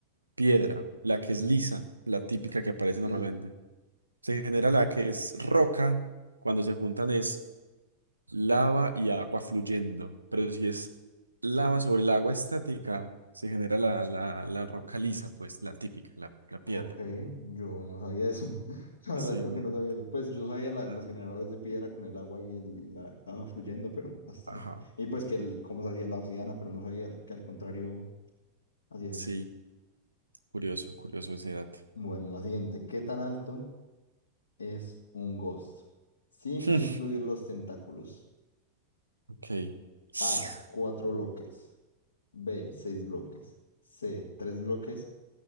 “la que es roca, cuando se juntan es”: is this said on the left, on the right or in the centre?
Right